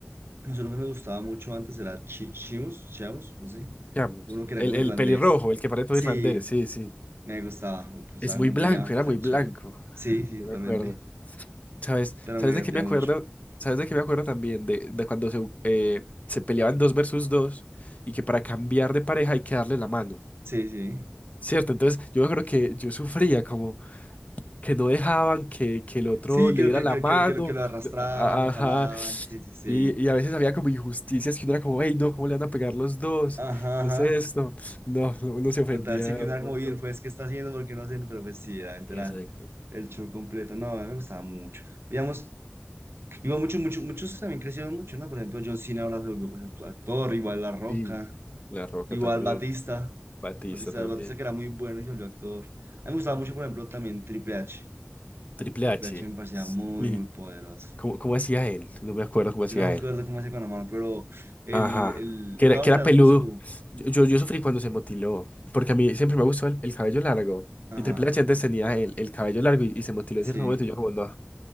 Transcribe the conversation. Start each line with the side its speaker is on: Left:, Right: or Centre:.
Right: no sé, uno que me gustaba mucho antes era Chi- Chimus, Chiamus, no sé,
Left: Seamos.
Right: uno que era
Left: El,
Right: como
Left: el
Right: irlandés.
Left: pelirrojo, el que parece todo
Right: Sí,
Left: irlandés, sí, sí.
Right: me gustaba, me gustaba
Left: Es muy
Right: como
Left: blanco,
Right: peleaban, pues
Left: era muy
Right: era chévere.
Left: blanco.
Right: Sí, sí,
Left: Yo
Right: totalmente,
Left: me acuerdo. ¿Sabes?
Right: pero
Left: ¿Sabes
Right: me divertía
Left: de qué me acuerdo?
Right: mucho.
Left: ¿Sabes de qué me acuerdo también? De, de cuando se, eh, se peleaban dos versus dos y que para cambiar de pareja hay que darle la mano.
Right: Sí, sí.
Left: ¿Cierto? Entonces yo me acuerdo que yo sufría como que no dejaban que, que el otro
Right: Sí,
Left: le
Right: que,
Left: diera
Right: que,
Left: la mano.
Right: que, que, que lo que lo arrastraban,
Left: a-
Right: lo
Left: a- Ajá.
Right: jalaban. Sí, sí, sí.
Left: Y, y a veces había como injusticias que uno era como, hey, no, ¿cómo le van a pegar los dos?
Right: Ajá,
Left: ¿Qué
Right: ajá.
Left: es esto? No, uno se ofendía
Right: Total, sí que
Left: un
Right: una como,
Left: montón.
Right: y el juez, ¿qué está haciendo? Porque no sé, pero pues sí, realmente
Left: Exacto.
Right: era el show completo. No, a mí me gustaba mucho. Digamos, igual muchos, muchos, muchos también crecieron mucho, ¿no? Por ejemplo, John Cena ahora se volvió pues, actu- actor, igual La Roca,
Left: Sí. La Roca
Right: igual
Left: también.
Right: Batista.
Left: Batista
Right: Batista,
Left: también.
Right: Batista que era muy bueno y se volvió actor. A mí me gustaba mucho, por ejemplo, también Triple H.
Left: Triple
Right: Triple
Left: H.
Right: H me parecía
Left: Sí.
Right: muy, muy poderoso.
Left: ¿Cómo, cómo hacía él? No me acuerdo cómo hacía
Right: Yo no me
Left: él.
Right: acuerdo cómo se con la mano, pero el,
Left: Ajá.
Right: el,
Left: Que
Right: el cabrón
Left: era, que era peludo.
Right: de pues su...
Left: Yo, yo, yo sufrí cuando se motiló. Porque a mí siempre me gustó el, el cabello largo.
Right: Ajá,
Left: Y Triple H antes tenía el, el cabello largo y, y se motiló
Right: sí.
Left: en cierto momento. Y yo como, no,